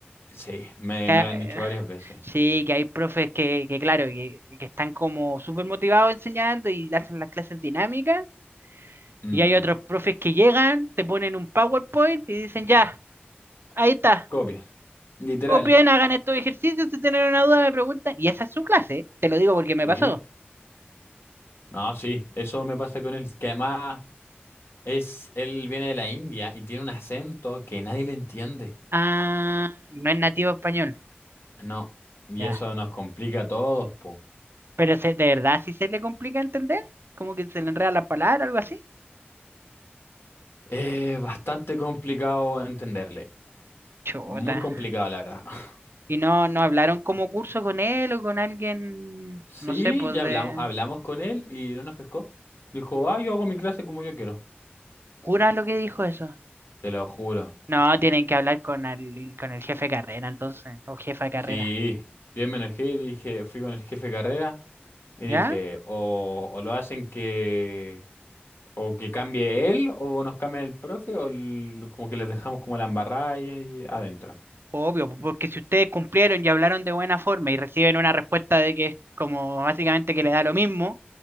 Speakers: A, on the left; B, on the right.
A: Sí, me,
B: Ca-
A: me lo han
B: eh,
A: dicho varias veces.
B: Sí, que hay profes que, que claro, que, que están como súper motivados enseñando y hacen las clases dinámicas.
A: Mm,
B: Y hay otros profes que llegan, te ponen un PowerPoint y dicen, ya, ahí está,
A: copias, literal.
B: copien, hagan estos ejercicios, si tienen una duda me preguntan. Y esa es su clase, te lo digo porque me
A: Y
B: pasó.
A: no, sí, eso me pasa con él. Que además... Es, él viene de la India y tiene un acento que nadie le entiende.
B: Ah, no es nativo español.
A: No, y
B: Ya.
A: eso nos complica a todos, po.
B: Pero se- de verdad sí se le complica entender, como que se le enreda la palabra, algo así.
A: Es bastante complicado entenderle.
B: Chota.
A: Muy complicado, la verdad. <laughs>
B: Y no, no hablaron como curso con él o con alguien,
A: Sí,
B: no sé, pues
A: ya
B: de
A: hablamos, hablamos con él y no nos pescó. Dijo, ah, yo hago mi clase como yo quiero.
B: cura lo que dijo eso.
A: Te lo juro.
B: No, tienen que hablar con el, con el jefe de carrera entonces, o jefa de carrera.
A: Sí, yo me enojé y dije, fui con el jefe de carrera y
B: ¿Ya?
A: dije, o, o lo hacen que O que cambie él, o nos cambie el profe, o el- como que les dejamos como la embarrada ahí, ahí adentro.
B: Obvio, po- porque si ustedes cumplieron y hablaron de buena forma y reciben una respuesta de que es como básicamente que le da lo mismo,